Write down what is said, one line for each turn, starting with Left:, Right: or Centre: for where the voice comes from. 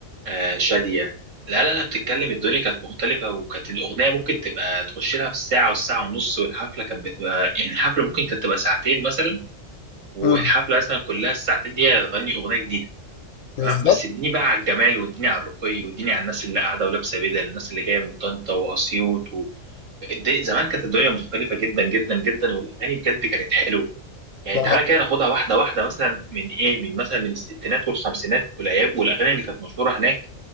Right: آه، شاديه لا لا لا بتتكلم الدنيا كانت مختلفه وكانت الاغنيه ممكن تبقى تخش لها في الساعه والساعه ونص والحفله كانت بتبقى يعني الحفله ممكن كانت تبقى ساعتين مثلا والحفله
Left: مم،
Right: مثلا كلها الساعتين دي هتغني اغنيه جديده تمام
Left: بالظبط
Right: بس اديني بقى على الجمال واديني على الرقي واديني على الناس اللي قاعده ولابسه بدل الناس اللي جايه من طنطا واسيوط الد- زمان كانت الدنيا مختلفة جدا جدا جدا والأغاني بجد كانت حلوة يعني
Left: ما
Right: تعالى
Left: هو
Right: كده ناخدها واحدة واحدة مثلا من إيه من مثلا من الستينات والخمسينات والأيام والأغاني اللي كانت مشهورة هناك